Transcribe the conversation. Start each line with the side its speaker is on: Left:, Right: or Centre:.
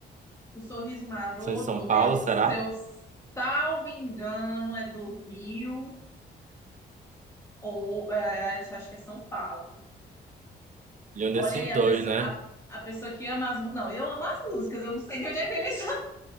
Left: O Sorriso Maroto
Right: Foi de São Paulo,
Left: é o seu,
Right: será?
Left: salvo engano, é do Rio, ou é, é, acho que é São Paulo.
Right: De um
Left: Olha
Right: desses
Left: aí, a
Right: dois,
Left: pessoa,
Right: né?
Left: a, a pessoa que ama as músicas. Não, eu amo as músicas, eu não sei de onde é que eles <laughs> são.